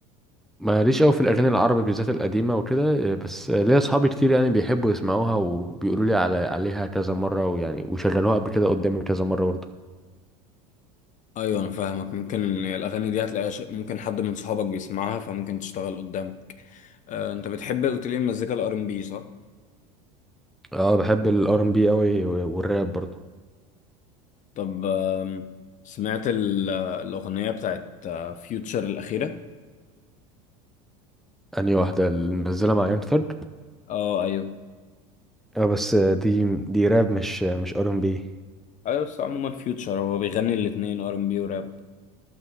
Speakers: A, in the centre; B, on the left.
A: ماليش أوي في الأغاني العربي بالذات القديمة وكده بس ليا أصحابي كتير يعني بيحبوا يسمعوها وبيقولوا لي على عليها كذا مرة ويعني وشغلوها قبل كده قدامي كذا مرة برضه
B: ايوه انا فاهمك ممكن الاغاني دي هتلاقيها ش- ممكن حد من صحابك بيسمعها فممكن تشتغل قدامك آه، انت بتحب قلت لي المزيكا الار ام بي صح
A: اه بحب الار ام بي قوي والراب برضو
B: طب آم، سمعت ال- الاغنيه بتاعت فيوتشر الاخيره
A: اني واحده اللي منزله مع يون ثرد
B: اه ايوه
A: اه بس دي دي راب مش مش ار ام بي
B: ايوه بس عموما فيوتشر هو بيغني الاتنين ار ام بي وراب